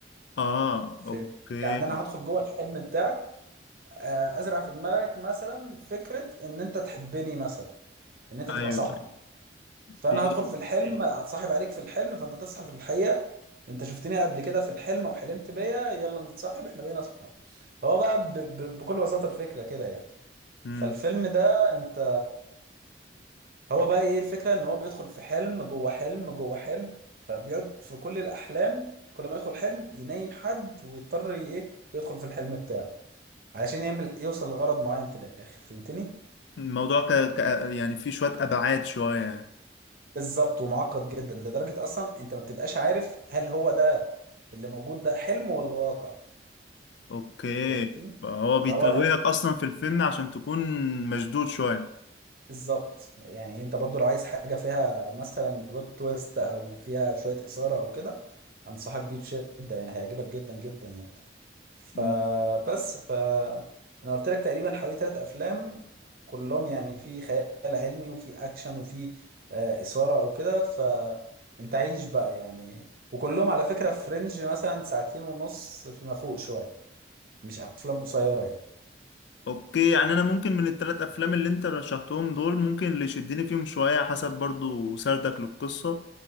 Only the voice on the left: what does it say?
اه
اوكي
ايوه
ايوه
بي-
مم.
الموضوع ك... ك... يعني فيه شوية ابعاد شوية
اوكي
هو بيتوهك
اصلا في الفيلم عشان تكون مشدود شوية
مم.
اوكي يعني انا ممكن من الثلاث افلام اللي انت رشحتهم دول ممكن اللي يشدني فيهم شويه حسب برضو سردك للقصه